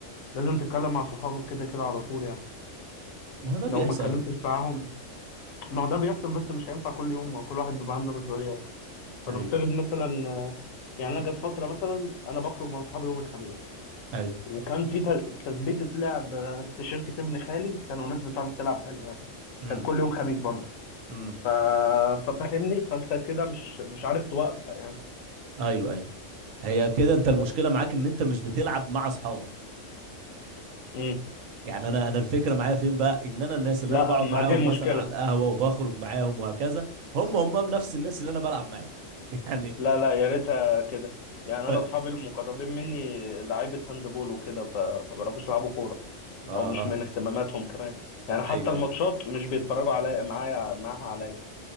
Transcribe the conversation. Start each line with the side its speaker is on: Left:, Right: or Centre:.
Left: لازم تتكلم مع صحابك كده كده على طول يعني
Right: ما هو ده بيحصل
Left: لو ما اتكلمتش معاهم ما هو ده بيحصل بس مش هينفع كل يوم ما هو كل واحد بيبقى عنده مسؤوليات فنفترض
Right: ايوه
Left: مثلا آه، يعني انا جت فترة مثلا انا بخرج مع صحابي يوم الخميس
Right: ايوه
Left: وكان في ت- تثبيتة لعب آه، في شركة ابن خالي كانوا ناس بتعرف تلعب حلو يعني
Right: امم
Left: كانت كل يوم خميس برضه
Right: امم
Left: ف... ففهمني فانت كده مش مش عارف توقفها يعني
Right: ايوه ايوه هي كده انت المشكله
Left: بس
Right: معاك ان انت مش بتلعب مع اصحابك
Left: امم
Right: يعني انا انا الفكره معايا فين بقى ان انا الناس اللي
Left: لا
Right: انا بقعد
Left: ما
Right: معاهم
Left: دي المشكله
Right: مثلا على القهوه وبخرج معاهم وهكذا هم هم نفس الناس اللي انا بلعب معاهم <laughs> يعني
Left: لا لا يا ريتها كده يعني
Right: ف...
Left: انا اصحابي المقربين مني لعيبه هاندبول وكده ف- فما بيعرفوش يلعبوا كوره
Right: اه
Left: او مش من اهتماماتهم كمان يعني حتى
Right: ايوه
Left: الماتشات
Right: ايوه
Left: مش بيتفرجوا عليا معايا معاها عليا